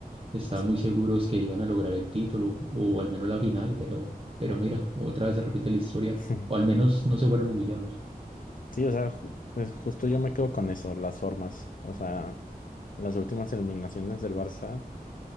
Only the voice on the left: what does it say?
Sí,
<laughs>
Sí, o sea, ju- pues justo yo me quedo con eso, las formas. O sea, las últimas eliminaciones del Barça